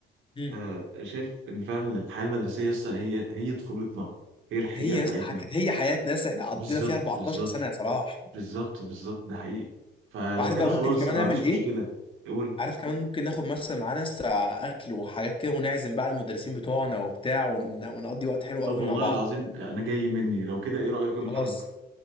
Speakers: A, on the left; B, on the right.
A: مم.
B: آه شايف ان فعلا الحياه المدرسيه يسطا هي هي طفولتنا هي الحقيقه
A: هي يا
B: بتاعتنا
A: اسطى كانت هي حياه ناس احنا قضينا
B: بالظبط
A: فيها 14
B: بالظبط
A: سنه يا صلاح
B: بالظبط بالظبط ده حقيقي فلو
A: وعارف
B: كده
A: بقى
B: خلاص
A: ممكن كمان
B: انا
A: نعمل
B: ما عنديش
A: ايه
B: مشكله قول
A: عارف كمان ممكن ناخد مثلا معانا س- اكل وحاجات كده ونعزم بقى المدرسين بتوعنا وبتاع ون- ونقضي وقت حلو
B: طب
A: قوي
B: والله
A: مع بعض
B: العظيم انا جاي مني لو كده ايه رايك يوم الاحد
A: خلاص